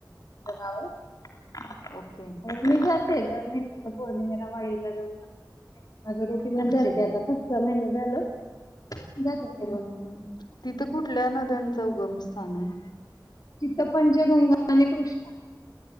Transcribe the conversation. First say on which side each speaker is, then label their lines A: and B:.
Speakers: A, on the left (about 55°); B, on the left (about 75°).
A: गाव आहे आणि
B: ओके
A: मी जाते दर महिन्याच्या पौर्णिमेला वाळीला दोन माझं रुटीनच
B: अच्छा
A: झा र ते आता पाच सहा महिने झालं जाते
B: हम्म
A: मी रोज
B: तिथं कुठल्या नद्यांचं उगमस्थान आहे
A: चितपंचगंगा आणि कृष्णा